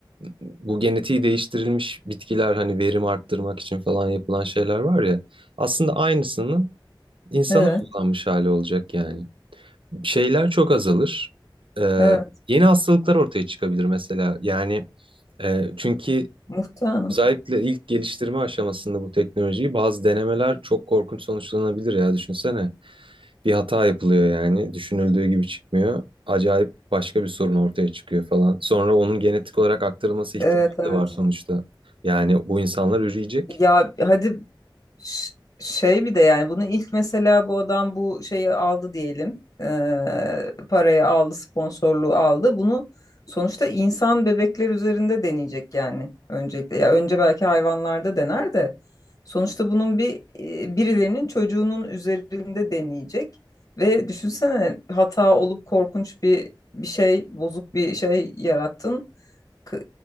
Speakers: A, on the right; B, on the left.
A: bu genetiği değiştirilmiş bitkiler hani verim arttırmak için falan yapılan şeyler var ya aslında aynısının insana
B: Evet,
A: uygulanmış hali olacak yani. Şeyler çok azalır. Ee,
B: evet.
A: yeni hastalıklar ortaya çıkabilir mesela yani e, çünkü
B: Muhtemelen.
A: Özellikle ilk geliştirme aşamasında bu teknolojiyi bazı denemeler çok korkunç sonuçlanabilir ya düşünsene. Bir hata yapılıyor yani düşünüldüğü gibi çıkmıyor. Acayip başka bir sorun ortaya çıkıyor falan. Sonra onun genetik olarak aktarılması
B: Evet,
A: ihtimali
B: evet.
A: de var sonuçta. Yani bu insanlar üreyecek.
B: Ya hadi Ş- Şey bir de yani bunu ilk mesela bu adam bu şeyi aldı diyelim. Ee, parayı aldı, sponsorluğu aldı. Bunu sonuçta insan bebekler üzerinde deneyecek yani öncelikle. Ya önce belki hayvanlarda dener de sonuçta bunun bir e, birilerinin çocuğunun üzerinde deneyecek. Ve düşünsene hata olup korkunç bir bir şey, bozuk bir şey yarattın. K-